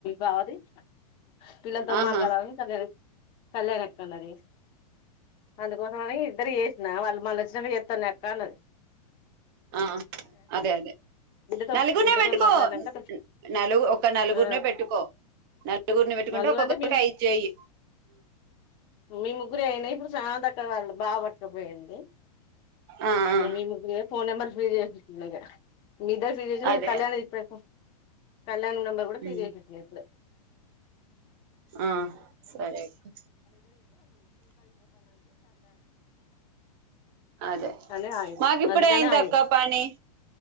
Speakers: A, on the left; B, on the right.
A: బావది పిల్లల్తో
B: ఆహా
A: మాట్లాడాలని కొన్నరు కళ్యాణ అక్కనది అందుకోసంమని ఇద్దరికి చేసిన వాళ్ళు మళ్ళ వచ్చినప్పుడు చెస్తా కార్నర్
B: ఆ అదే అదే
A: బిడ్డతో
B: నలుగుర్నె
A: బిడ్డతో
B: పెట్టుకో
A: మాట్లాడినాక
B: నలుగు ఒక నలుగురినే
A: ఆ
B: పెట్టుకో నలుగురిని పెట్టుకుంటే
A: నలుగురు
B: ఒక్కొక్కరికి
A: అంటే మేము
B: ఐ చెయి
A: మీ ముగ్గురు రైనే ఇప్పుడు సామాంతక్క వాళ్ళ బావ కుపోయింది
B: ఆ ఆ
A: మీ ముగ్గు <inaudible> ఫోన్ నెంబర్ ఫీడ్ చేస్ ఇనగా మీ ఇద్దరు పెళ్లి చేసేటప్పుడు
B: అదే
A: కళ్యాణి <inaudible> కళ్యాణి పీరియడ్లు
B: ఉమ్
A: చేత్లో
B: ఆ సరే అక్క అదే
A: అని ఆయదు
B: మాకు ఇప్పుడే
A: అందుకని
B: అయిందక్క
A: ఆయ
B: పని